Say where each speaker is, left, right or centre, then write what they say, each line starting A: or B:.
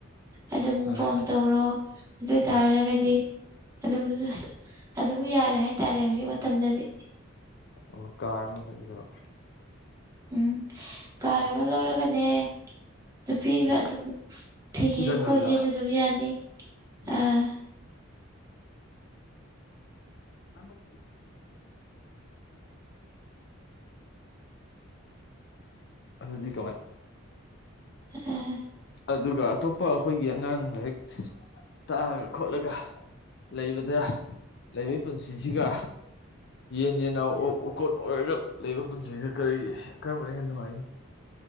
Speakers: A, on the right; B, on the left.
A: ꯑꯗꯨ ꯃꯨꯛ
B: ꯑꯥ
A: ꯕꯥꯡ ꯇꯧꯔꯣ ꯑꯗꯨ ꯑꯣꯏꯇꯥꯔꯒꯗꯤ
B: ꯑꯥ
A: ꯑꯗꯨꯝ ꯑꯗꯨꯝ ꯌꯥꯔꯦ ꯍꯥꯏꯇꯥꯔꯦ ꯍꯧꯖꯤꯛ ꯃꯇꯝꯗꯗꯤ
B: ꯑꯣ ꯀꯥꯔꯃ ꯂꯩꯒꯗꯕ
A: ꯎꯝ ꯀꯥꯔ ꯑꯃ ꯂꯧꯔꯒꯅꯦ ꯅꯨꯄꯤ ꯑꯃ
B: ꯎꯝ
A: ꯑꯗꯨꯝ ꯊꯤꯒꯦ
B: ꯖꯪꯒꯜꯗ
A: ꯀꯣꯏꯒꯦꯁꯨ ꯑꯗꯨꯝ ꯌꯥꯅꯤ
B: ꯎꯝ
A: ꯑꯥ
B: <unintelligible> ꯑꯗꯨꯗꯤ ꯀꯃꯥꯏꯟ
A: ꯑꯥ
B: ꯑꯗꯨꯒ ꯑꯇꯣꯞꯄ ꯑꯩꯈꯣꯏꯒꯤ ꯑꯉꯥꯡ ꯂꯥꯏꯔꯤꯛ ꯇꯥꯛꯑꯒ ꯈꯣꯠꯂꯒ ꯂꯩꯕꯗ ꯂꯩꯕꯒꯤ ꯄꯨꯟꯁꯤꯁꯤꯒ ꯌꯦꯟ ꯌꯦꯟꯅꯥꯎ ꯎꯀꯣꯟ ꯑꯣꯏꯔꯒ ꯂꯩꯕ ꯄꯨꯟꯁꯤꯁꯤꯗ ꯀꯔꯤ ꯀꯔꯝꯕꯅ ꯍꯦꯟꯅ ꯅꯨꯡꯉꯥꯏꯅꯤ